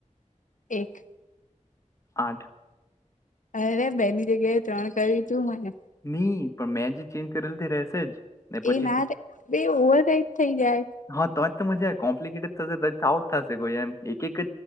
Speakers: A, on the left; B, on the left.
A: એક.
B: આઠ.
A: અરે બેની જગ્યાએ ત્રણ કરી તું મને.
B: નહી પણ મેં જે ચેન્જ કરેલ તે રશે જ. ને પછી
A: એ ના
B: જે-
A: ર બે ઓવર રાઇટ થઈ જાય.
B: હા તોજ તો મજા કોમ્પ્લિકેટે થશે આઉટ થશે કોઈ એમ એક એક